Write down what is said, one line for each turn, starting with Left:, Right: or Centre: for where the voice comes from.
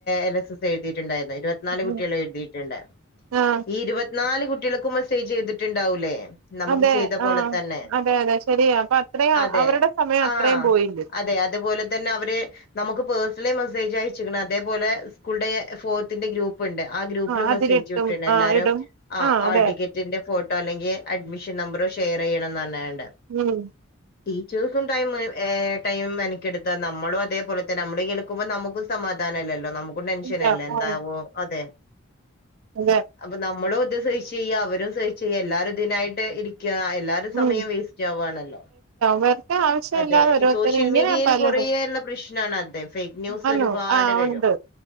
Left: L S S എഴുതിയട്ടുണ്ടായിരുന്നു. ഇരുപത്തിനാല് കുട്ടികള്
Right: ഉം
Left: എഴുതിയിട്ടുണ്ട്.
Right: ആഹ്
Left: ഈ ഇരുപത്തിനാല് കുട്ടികൾക്ക് മെസ്സേജ് ചെയ്തിട്ടുണ്ടാവൂല്ലേ. നമുക്ക്
Right: അതെ
Left: ചെയ്ത പോലെ
Right: ആഹ്
Left: തന്നെ
Right: അതെ അതെ ശരിയാ അപ്പൊ അത്രയും
Left: അതെ
Right: അവരുടെ സമയം അത്രയും
Left: ആ
Right: പോയില്ലേ
Left: അതെ അതുപോലെ തന്നെ അവര് നമുക്ക് പേഴ് സണലി മെസേജ് അയച്ചെക്കണ്. അതേപോലെ സ്കൂൾടെ ഫോർത്തിന്റെ ഗ്രൂപ്പ് ണ്ട് ആ ഗ്രൂപ്പിലും
Right: ആഹ് അതിലിട്ടും
Left: മെസ്സേജ് വിട്ടണ്ട്. എല്ലാരും
Right: ആഹ് ഇടും ആഹ്
Left: ഹോൾ
Right: അതെ
Left: ടിക്കറ്റിന്റെ ഫോട്ടോ അല്ലെങ്കി അഡ്മിഷൻ നമ്പറോ ഷെയർ ചെയ്യണന്ന് പറഞ്ഞ്
Right: ഉം
Left: ടീച്ചേഴ്സും ടൈമ് ഏ ടൈം മെനക്കെടുത്താ നമ്മള് അതേപോലെ തന്നെ നമ്മള് കേൾക്കുമ്പോ നമുക്കും സമാധാനം ഇല്ലല്ലോ നമു ക്കും ടെൻഷനല്ലേ
Right: ഇല്ല
Left: എന്താവോ
Right: ആഹ്
Left: അതെ
Right: അതെ
Left: അപ്പൊ നമ്മളും ഇത് സഹിച്ച് ചെയ്യാ. അവരും സഹിച്ച് ചെയ്യാ എല്ലാരും ഇതിനായിട്ട് ഇരി ക്കാ എല്ലാരുടെ സമയോം
Right: ഉം
Left: വേസ്റ്റ് ആവാണല്ലോ.
Right: വെറുതെ ആവശ്യമില്ലാതെ
Left: അതെ
Right: ഓരോരുത്തർ
Left: സോഷ്യൽ
Right: ഇങ്ങനെ
Left: മീഡിയയില്
Right: പലതും
Left: കൊറേ ഉള്ള പ്രശ്നാണ് അത്. ഫേക്ക് ന്യൂസ്
Right: ആന്നോ
Left: ഒരുപാട്
Right: ആഹ്
Left: വരും.
Right: ഉണ്ട്